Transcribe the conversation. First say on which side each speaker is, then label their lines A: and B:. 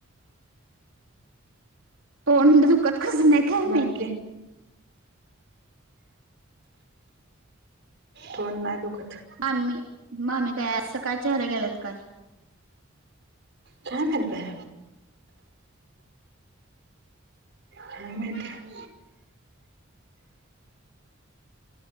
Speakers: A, on the right; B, on the right.
A: तोड दुखत कसं नाही. काय माहिती
B: बाकी. तोड नाही दुःखत.
A: मामी मामी काय सकाळ <inaudible> गेलत काय?
B: काय माहीत बाई. काय माहीत.